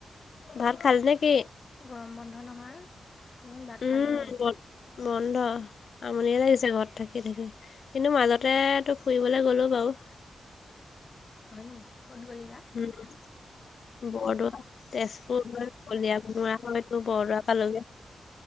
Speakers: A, on the left (about 60°); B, on the left (about 35°).
A: ভাত খালি নেকি।
B: গৰম বন্ধ নহয়। উম, ভাত
A: উম
B: খালো।
A: বন্ধ আমনিয়ে লাগিছে ঘৰত থাকি থাকি। কিন্তু মাজতে তো ফুৰিবলৈ গ'লো বাৰু
B: হয় নি ক'ত গ'লিবা।
A: উম <unintelligible> বৰদোৱা তেজপুৰ হৈ কলিয়াভোমোৰা হৈ তোৰ বৰদোৱা পালোগে।